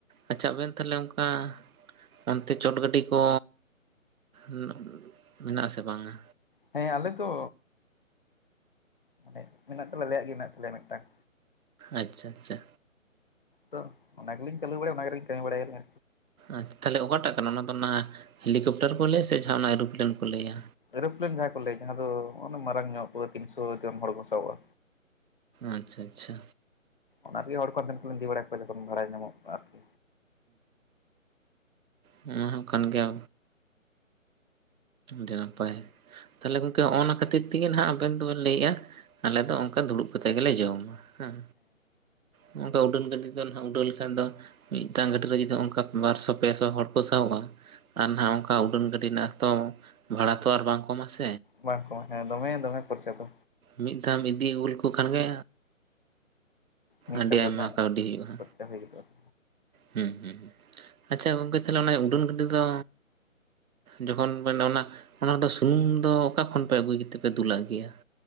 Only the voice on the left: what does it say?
ᱦᱮᱸ ᱟᱞᱮ ᱫᱚ <unintelligible> ᱢᱮᱱᱟᱜ ᱛᱟᱞᱮ ᱟᱞᱮᱭᱟᱜ ᱜᱮ ᱢᱮᱱᱟᱜ ᱛᱟᱞᱮᱭᱟ ᱢᱤᱫᱴᱟᱝ᱾
ᱛᱚ ᱚᱱᱟ ᱜᱮᱞᱤᱧ ᱪᱟᱹᱞᱩ ᱵᱟᱲᱟᱭ ᱚᱱᱟ ᱜᱮᱨᱤᱧ ᱠᱟᱹᱢᱤ ᱵᱟᱲᱟᱭᱟᱞᱮ
ᱮᱨᱳᱯᱞᱮᱱ ᱡᱟᱦᱟᱸ ᱠᱚ ᱞᱟᱹᱭ ᱡᱟᱦᱟᱸ ᱫᱚ ᱚᱱᱟ ᱢᱟᱨᱟᱝ ᱧᱚᱜ, ᱯᱩᱨᱟᱹ ᱛᱤᱱᱥᱚ ᱡᱚᱱ ᱦᱚᱲ ᱠᱚ ᱥᱟᱦᱚᱵᱼᱟ᱾
ᱚᱱᱟ ᱨᱮᱜᱮ ᱦᱚᱲ ᱠᱚ ᱦᱟᱱᱛᱮ ᱱᱟᱛᱮ ᱞᱤᱧ ᱤᱫᱤ ᱵᱟᱲᱟ ᱠᱚᱣᱟ ᱡᱚᱠᱷᱚᱱ ᱵᱷᱟᱲᱟ ᱧᱟᱢᱚᱜᱼᱟ ᱟᱨᱠᱤ᱾
ᱵᱟᱝ ᱠᱚᱢᱟ ᱦᱮᱸ ᱫᱚᱢᱮ ᱫᱚᱢᱮ ᱠᱷᱚᱨᱪᱟ ᱫᱚ᱾
ᱢᱤᱫ
ᱪᱟᱸᱫᱳ
ᱨᱮᱱᱟᱜ
ᱠᱷᱚᱨᱪᱟ ᱦᱩᱭ ᱜᱚᱫᱚᱜᱼᱟ᱾